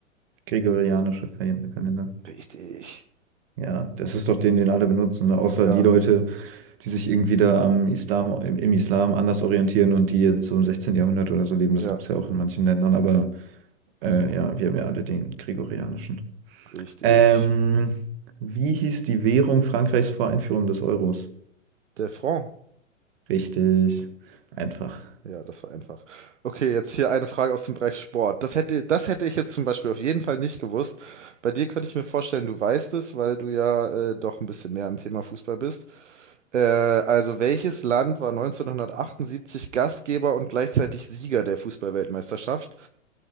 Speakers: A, on the right (about 50°); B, on the right (about 70°).
A: Gregorianischer Kal- Kalender.
B: Richtig.
A: Ja, das ist doch den, den alle benutzen, ne? Außer
B: Ja,
A: die Leute, die sich irgendwie da am Islam, im, im Islam anders orientieren und die jetzt so im 16. Jahrhundert oder so leben. Das
B: ja,
A: gibt es ja auch in manchen Ländern, aber äh, ja, wir haben ja alle den Gregorianischen.
B: richtig.
A: Ähm, wie hieß die Währung Frankreichs vor Einführung des Euros?
B: Der Franc.
A: Richtig. Einfach.
B: Ja, das war einfach. Okay, jetzt hier eine Frage aus dem Bereich Sport. Das hätte, das hätte ich jetzt zum Beispiel auf jeden Fall nicht gewusst. Bei dir könnte ich mir vorstellen, du weißt es, weil du ja äh, doch ein bisschen mehr im Thema Fußball bist. Äh, also welches Land war 1978 Gastgeber und gleichzeitig Sieger der Fußballweltmeisterschaft?